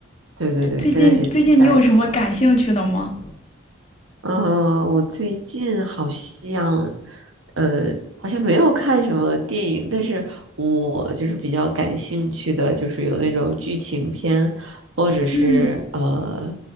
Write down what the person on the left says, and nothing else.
最近最近你有什么感兴趣的吗？
嗯，